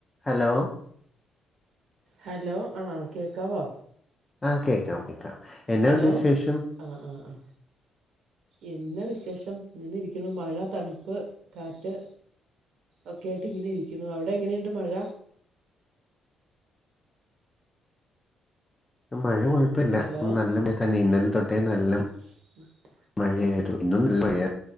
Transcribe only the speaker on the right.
hello ആഹ് കേക്കാവോ
hello
ആഹ് ആഹ് ആഹ് എന്ന വിശേഷം ഇങ്ങനെ ഇരിക്കണു മഴ തണുപ്പ് കാറ്റ് ഒക്കെയ ആയിട്ട് ഇങ്ങനെ ഇരിക്കുന്നു അവിടെ എങ്ങനെയുണ്ട് മഴ
ഹലോ
<inaudible>